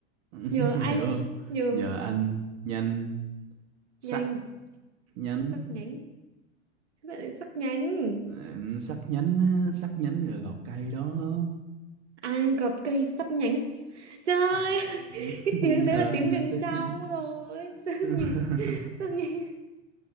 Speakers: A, on the right; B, on the right.
A: <laughs>
B: nhờ anh
A: hiểu không?
B: nhờ
A: nhờ anh nhanh sắc
B: nhanh
A: nhánh
B: sắc nhánh Sao lại sắc nhánh
A: ừ, sắc nhánh á, sắc nhánh rồi gọt cây đó
B: à gọt cây sắt nhánh trời ơi,
A: <laughs>
B: <laughs> cái
A: nhờ
B: tiếng đấy là tiếng
A: anh nhanh
B: miền
A: sắc
B: trong
A: nhánh
B: rồi <laughs> sắc
A: <laughs>
B: nhánh sắc nhánh